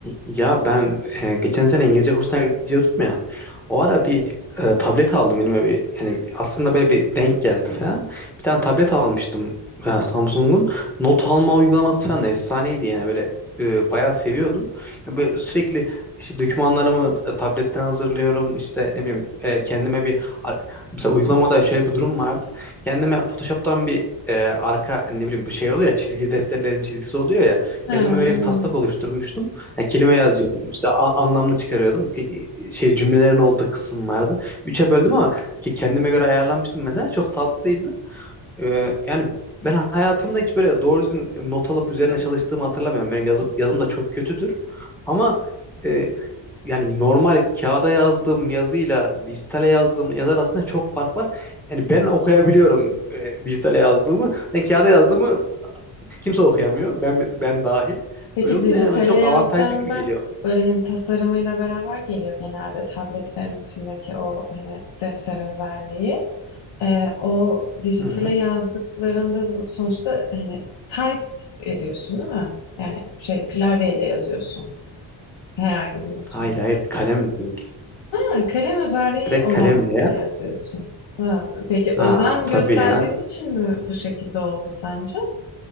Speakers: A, in the centre; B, on the left.
A: Ya ben e, geçen sene İngilizce kursuna gidiyordum ya. O ara bir e, tablet aldım elime bir. Yani aslında böyle bir denk geldi falan. Bir tane tablet almıştım e, Samsung'un. Not alma uygulaması falan da efsaneydi yani böyle e, bayağı seviyordum. Yani böyle sürekli işte dokümanlarımı e, tabletten hazırlıyorum. İşte ne bileyim e, kendime bir ar- mesela uygulamada şöyle bir durum vardı. Kendime Photoshop'tan bir e, arka ne bileyim bir şey oluyor ya çizgili defterlerin çizgisi oluyor ya.
B: Ha,
A: Kendime
B: evet.
A: öyle bir taslak oluşturmuştum. Ya kelime yazıyordum işte a- anlamını çıkarıyordum Ki- şey cümlelerin olduğu kısım vardı. Üçe böldüm ama ki kendime göre ayarlanmıştım mesela çok tatlıydı. Ee, yani ben hayatımda hiç böyle doğru düzgün e, not alıp üzerine çalıştığımı hatırlamıyorum. Benim yazım, yazım da çok kötüdür. Ama e, yani normal kağıda yazdığım yazıyla dijitale yazdığım yazı arasında çok fark var. Yani ben okuyabiliyorum e, dijitale yazdığımı. Yani kağıda yazdığımı kimse okuyamıyor. Ben ben dahil.
B: Peki
A: Öyle olunca
B: dijitale
A: yani böyle çok
B: yazdığında
A: avantajlı gibi geliyor.
B: böyle hani tasarımıyla beraber geliyor genelde tabletlerin içindeki o hani defter özelliği. Ee, o dijitale
A: Hı hı.
B: yazdıklarında sonuçta hani type ediyorsun değil mi? Yani şey klavyeyle yazıyorsun herhangi bir notunu.
A: Hayır hayır kalemle direkt.
B: Ha, kalem özelliği
A: Direkt
B: olanla
A: kalemle ya.
B: yazıyorsun. Ha, peki
A: Ha
B: özen gösterdiğin
A: tabii ya.
B: için mi bu şekilde oldu sence?